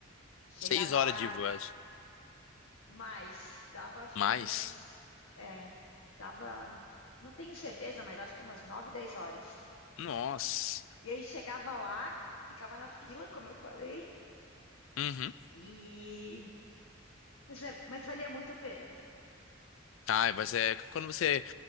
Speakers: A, on the left; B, on the left.
A: chegava
B: Seis horas
A: lá
B: de viagem.
A: Mas dava acho
B: Mais?
A: que umas. É, dava. Não tenho certeza, mas acho que umas 9 10 horas.
B: Nossa.
A: E aí chegava lá, ficava na fila, como eu falei,
B: Uhum.
A: e. Mas, é, mas valia muito a pena.
B: Ah, mas é quando você.